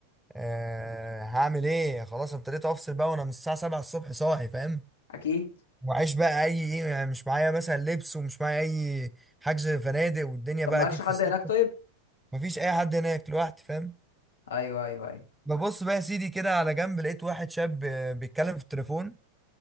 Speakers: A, in the centre; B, on the left.
A: أه هعمل ايه خلاص ابتديت افصل بقى وانا من الساعه 7 الصبح صاحي فاهم
B: اكيد
A: وعيش بقى اي ايه يعني مش معايا مثلا لبس ومش معايا اي حجز فنادق والدنيا
B: طب
A: بقى
B: مالكش
A: اكيد
B: حد
A: في الصيف
B: هناك طيب
A: مفيش اي حد هناك لوحدي فاهم
B: ايوه ايوه ايوه
A: ببص بقى يا سيدي كده على جنب لقيت واحد شاب آه، بيتكلم في التليفون